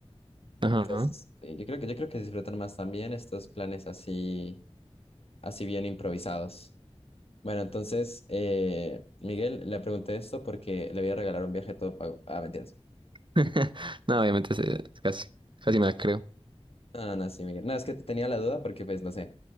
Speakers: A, on the right; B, on the left.
A: Ajá.
B: Entonces, sí, yo creo que, yo creo que disfrutan más también estos planes así, así bien improvisados. Bueno, entonces, eh, Miguel, le pregunté esto porque le voy a regalar un viaje todo pago. Ah, mentiras.
A: <laughs> No, obviamente se- casi, casi me la creo.
B: Ah, no, sí, Miguel. No, es que tenía la duda porque, pues, no sé.